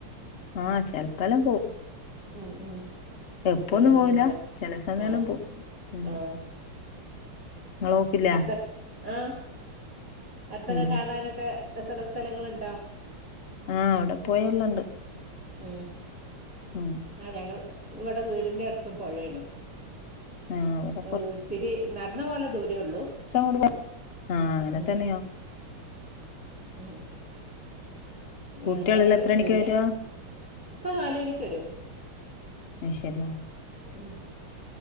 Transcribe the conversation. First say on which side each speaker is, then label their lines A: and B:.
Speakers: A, on the left; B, in the centre.
A: ആഹ് ചെലപ്പല്ലാം പോവും -
B: ഉം ഉം
A: എപ്പൊന്നും
B: കുട്ട്യോളേം കൊണ്ട്ന്ന്
A: പോവില്ല
B: പറ
A: ചില സമയെല്ലാം
B: ആഹ്
A: പോവും ഉം
B: ആഹ്
A: ഇങ്ങള് പോക്കില്ലേ
B: <unintelligible> ആഹ് അടുത്തൊക്ക
A: ഉം
B: കാണാനൊക്കെ രസള്ള സ്ഥലങ്ങള്ണ്ടോ
A: ആഹ് അവടെ പോയ എല്ലണ്ട്
B: ഉം
A: ഉം
B: ആഹ് ഞങ്ങൾ ഇവടെ വീടിന്റെ അടുത്തും പൊഴേണ്
A: ആ ഇവിടെ
B: ഏഹ് വ് ത്തിരി നടന്ന് പോവാള്ള ദൂരേ ഉള്ളൂ
A: <unintelligible> ആഹ് അങ്ങനെ
B: ഉം
A: തന്നെയോ
B: ഉം ഞങ്ങള്
A: കുട്ടികളെല്ലാം എത്ര മണിക്ക്
B: പിന്നെ
A: വരുവാ
B: ഇപ്പൊ നാല് മണിക്ക് വരും
A: അഹ് ശരിയാണ്
B: ഉം